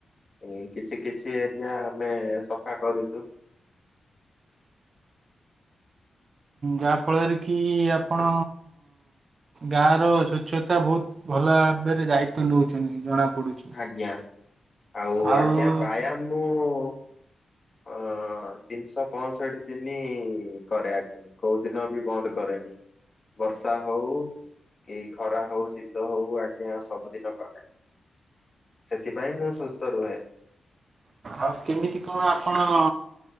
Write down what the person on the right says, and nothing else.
ଯାହା ଫଳରେ କି ଆପଣ? ଗାଁ ର ସ୍ଵଚ୍ଛତା ବହୁତ ଭଲ ଭାବରେ ଦାୟିତ୍ଵ ନଉଛନ୍ତି ଜଣା ପଡୁଛି।
ଆଉ
ଆଉ କେମିତି କଣ ଆପଣ?